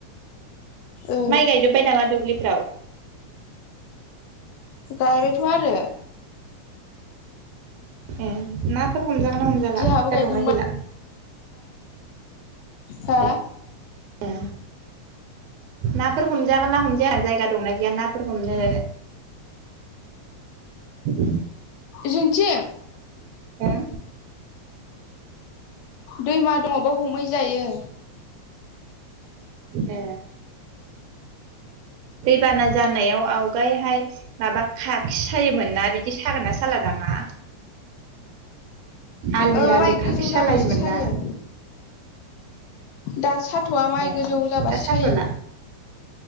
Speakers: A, on the left; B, on the right.
A: ओ
B: माइ गायजोबबाय नामा दुब्लिफ्राव?
A: गायबायथ' आरो।
B: ए ना फोर हमजागोन ना हमजाला
A: जोंहाबो गायखांबाय
B: दा दंना गैला
A: हा
B: ए ए नाफोर हमजागोना हमजाया जायगा दंना गैया नाफोर हमनो <inaudible>
A: जोंथिं?
B: ओं
A: दैमा दङ बाव हमहैजायो
B: ए दैबाना जानायाव आवगायहाय माबा खाखि सायोमोन ना बिदि सागोना साला दाना आलि
A: ओ
B: आलि
A: माइ
B: खाखि
A: गोजौ
B: सालायोमोन
A: जाबासो सायो
B: ना
A: दा साथ'आ माइ
B: ए
A: गोजौ जाबासो
B: दा साथ'ला
A: सायो